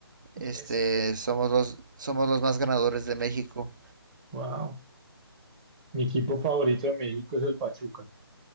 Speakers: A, on the right (about 50°); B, on the right (about 15°).
A: Este,
B: Diez.
A: somos los somos los más ganadores de México.
B: Wow. Mi equipo favorito de México es el Pachuca,